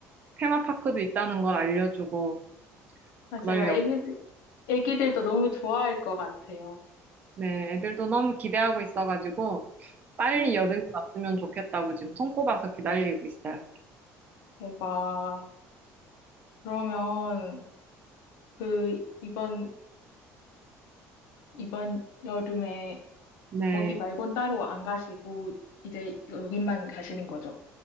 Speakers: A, on the right (about 30°); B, on the left (about 80°).
A: 테마파크도 있다는 걸 알려주고
B: 맞아요.
A: 그러려고.
B: 애기, 애기들도 너무 좋아할 것 같아요.
A: 네, 애들도 너무 기대하고 있어가지고 빨리
B: <gasps>
A: 여름이 왔으면 좋겠다고 지금 손꼽아서 기다리고 있어요.
B: 대박. 그러면 그 이번 이번 여름에
A: 네,
B: 거기 말곤 따로 안 가시고 이제 여기만 가시는 거죠?